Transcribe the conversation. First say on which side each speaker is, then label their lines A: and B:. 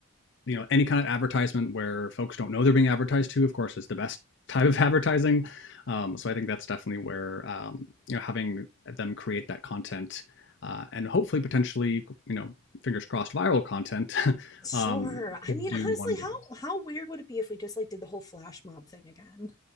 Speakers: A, on the left (about 55°); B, on the left (about 15°).
A: you know, any kind of advertisement where folks don't know they're being advertised to, of course, is the best <laughs> type of advertising. Um, so I think that's definitely where um, you know having them create that content uh, and hopefully potentially you know fingers crossed viral content <laughs>
B: Sure.
A: um,
B: I
A: could
B: mean,
A: do
B: honestly,
A: wonders.
B: how how weird would it be if we just like did the whole flash mob thing again?